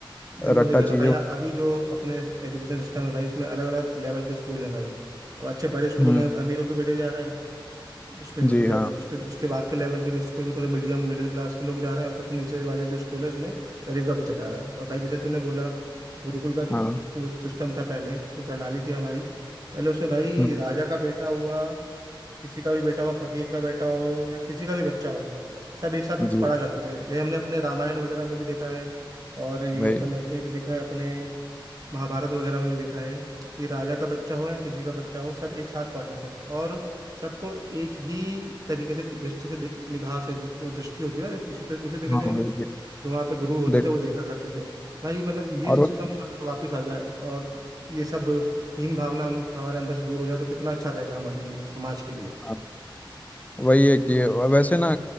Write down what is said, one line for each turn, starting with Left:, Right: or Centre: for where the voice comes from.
Right: बिल्कुल
Left: रट्टा
Right: सही कह
Left: चीज़ें
Right: रहा है भाई अभी जो अपने एजुकेशन सिस्टम है भाई उसमें अलग अलग लेवल के स्कूल हैं भाई और अच्छे बड़े स्कूलों
Left: हम्म
Right: में अमीरों के बेटे जा रहे हैं उसके
Left: जी
Right: उसके
Left: हाँ
Right: बाद- उसके उसके बाद के लेवल के लिए स्कूल में थोड़े मीडियम मिडिल क्लास के लोग जा रहे हैं और सबसे नीचे वाले जो स्कूल है उसमें गरीब का बच्चा जा रहा है और भाई जैसे तूने बोला गुरुकुल का जो
Left: हाँ
Right: सिस्टम था पहले जो प्रणाली थी हमारी पहले उसमें भाई
Left: हम्म,
Right: राजा का बेटा हुआ किसी का भी बेटा हो फकीर का बेटा हो या किसी का भी बच्चा हो सब एक साथ
Left: जी
Right: पढ़ा करते थे ये हमने अपने रामायण वगैरह में भी देखा है और ये
Left: भाई
Right: अपने उसमें भी देखा है अपने महाभारत वगैरह में भी देखा है कि राजा का बच्चा हो या किसी का बच्चा हो सब एक साथ पढ़ते थे और सबको एक ही तरीके से दृष्टि से दे- निगाह से दृ- जो दृष्टि होती है ना उसी तर, उसी तरीके
Left: हाँ
Right: से
Left: वही,
Right: जो वहाँ पे गुरु होते
Left: देख
Right: थे वो देखा करते थे भाई मतलब ये
Left: और
Right: सिस्टम
Left: वो-
Right: अगर वापस आ जाए और ये सब हीन भावना हम हमारे अंदर से दूर हो जाए तो कितना अच्छा रहेगा हमारे लिए समाज के लिए
Left: हाँ। वही है कि वैसे ना